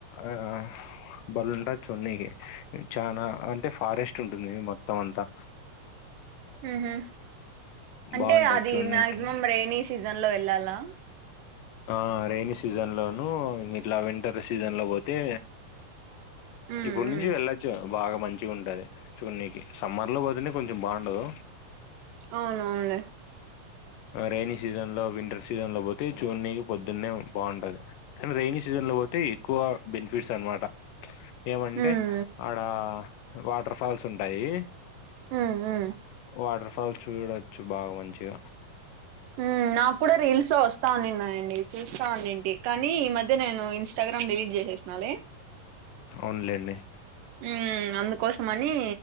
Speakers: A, on the left; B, on the right.
A: ఆ బల్లుంటది చుడానికి చానా అంటే ఫారెస్ట్ ఉంటుంది మొత్తం అంతా
B: మ్ హు అంటే
A: బాగుంటది
B: అది
A: చూడ్నికి
B: మ్యాక్సిమం రెని సీజన్ లో వెళ్ళాలా
A: ఆ రైనీ సీజన్ లోను ఇట్లా వింటర్ సీజన్ ల పోతే
B: ఉమ్
A: ఇప్పుడు
B: ఉమ్
A: నుంచి వెళ్ళొచ్చు బాగా మంచిగా ఉంటాది చూనికి సమ్మర్ లో పోతనే కొంచెం బాగుండదు
B: అవునవునులే
A: రైైనీ సీజన్ లో వింటర్ సీజన్ లో పోతే చూనికి పొద్దున్నే బాగుంటది కానీ రెైనీ సీజన్ లో పోతే ఎక్కువ బెనిఫిట్స్ అన్న మాట ఏమంటే
B: ఉమ్
A: ఆడ వాటర్ ఫాల్స్ ఉంటాయి
B: ఉ ఉ
A: వాటర్ ఫాల్స్ చూడచ్చు బాగా మంచిగా
B: ఉ నాకు కూడా రీల్స్ లో వస్తా ఉన్నాయండి చూస్తా ఉన్నింటి కానీ ఈ మధ్య నేను ఇన్స్ ఇన్స్టాగ్రామ్ డిలీట్ చేసేసినాలే
A: అవునులెండి
B: ఉ అందుకోసమని